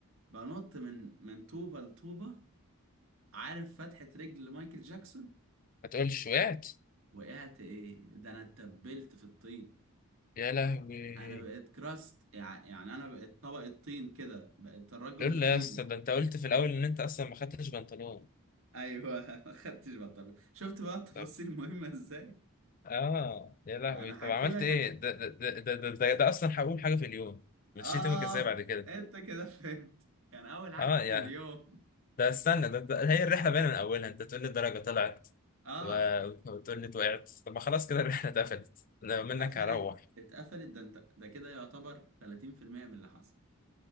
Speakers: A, on the right (about 60°); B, on the left (about 40°).
A: بنط من من طوبه لطوبه عارف فتحه رجل مايكل جاكسون
B: ما تقولش وقعت
A: وقعت ايه ده انا اتبلت في الطين
B: يا لهوي
A: انا بقيت كراست يع- يعني انا بقيت طبق الطين كده بقيت الرجل
B: لولا
A: الطيني
B: يا اسطى ده أنت قلت في الأول إن أنت أصلا ما خدتش بنطلون
A: ايوه <laughs> ما خدتش بطل شفت بقى التفاصيل
B: طب
A: مهمة ازاي
B: آه يا لهوي
A: انا
B: طب
A: حكي
B: عملت
A: لك
B: إيه
A: عشان
B: ده ده ده ده, ده, ده, ده أصلا هقول حاجة في اليوم
A: اه
B: مشيت يومك إزاي بعد كده
A: انت كده فهمت كان اول حاجة
B: اه
A: في
B: يا
A: اليوم
B: ده استنى ده, ده هي الرحله باينه من اولها انت تقول لي الدرجه طلعت
A: اه
B: و- وتقول لي وقعت طب ما خلاص كده الرحله اتقفلت لو
A: اتقفلت
B: منك هروح
A: اتقفلت ده انت ده كده يعتبر 30% من اللي حصل